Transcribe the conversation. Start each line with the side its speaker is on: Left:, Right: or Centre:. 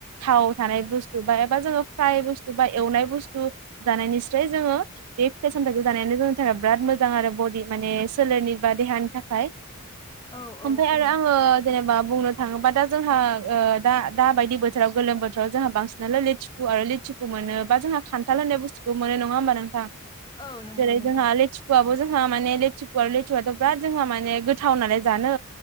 Right: थाव थानाय बुस्थु एबा जों फ्राय बुस्थु बा एवनाय बुुस्थु जानायनि फ्राय जोङो बे फिथाइ सामथाइखौ जानायानो जोंनि थाखाय बिराद मोजां आरो बडि माने सोलेरनि बा देहानि थाखाय
Left: औ
Right: ओम
Left: औ
Right: ओमफ्राय
Left: औ
Right: आरो आङो जेनेबा बुंनो थाङोबा दा जोंहा ओ दा दा बायदि बोथोराव गोलोम बोथोराव जोंहा बांसिनानो लिथु आरो लेसु खो मोनो खान्थाल होन्नाय बुस्थुखौबो मोनो नङा होमबा नोंथां
Left: औ नंगौ
Right: जेरै
Left: नोंथां
Right: जोंहा लिथसु आ जोंहा माने लेथुव आरो लेथुआथ' बिराद जोंहा माने गोथाव नालाय जानो